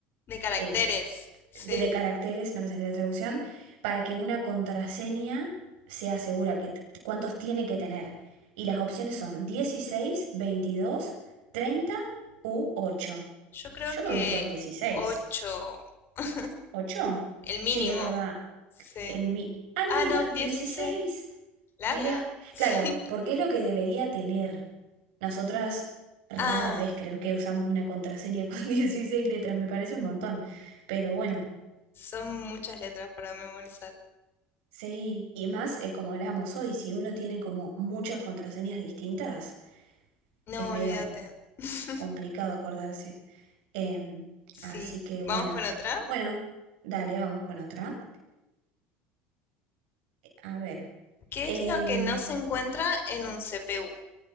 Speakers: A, on the left; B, on the right.
A: De caracteres,
B: eh,
A: sí.
B: de caracteres, no me sale la traducción, para que una contraseña sea segura, que, cuántos tiene que tener? Y las opciones son dieciséis veintidós 30 u ocho
A: Yo creo
B: Yo
A: que
B: me voy a ir por dieciséis
A: 8 <laughs>
B: ocho
A: el mínimo.
B: Sí, es verdad.
A: Sí.
B: El mi... Ah, no,
A: Ah,
B: mira,
A: no, dieciséis
B: dieciséis
A: Larga.
B: Mira,
A: <laughs> Sí.
B: claro, porque es lo que debería tener. Nosotras rara
A: Ah,
B: vez creo que usamos una contraseña con <laughs> 16 letras, me parece un montón. Pero bueno,
A: son muchas letras para memorizar.
B: sí, y más eh, como hablábamos hoy, si uno tiene como muchas contraseñas distintas,
A: No,
B: es medio
A: olvídate. <laughs>
B: complicado acordarse. Em,
A: Sí.
B: así que
A: Vamos
B: bueno,
A: con otra.
B: bueno, dale, vamos con otra. A ver,
A: ¿Qué
B: em,
A: es lo que no se encuentra en un CPU?